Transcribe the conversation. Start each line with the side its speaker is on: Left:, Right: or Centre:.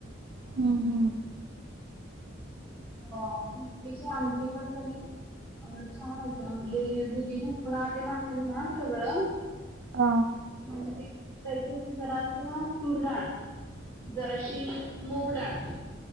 Right: हम्म -हम्म,
Left: अ इडली ची आंमटी पण तनी अ छान होतं म्हणजे दुधी भोपळा ते नाशल ना सगळं
Right: आ,
Left: म्हणजे त्याच्यात जरासं तुर डाळ जराशी मुगडाळ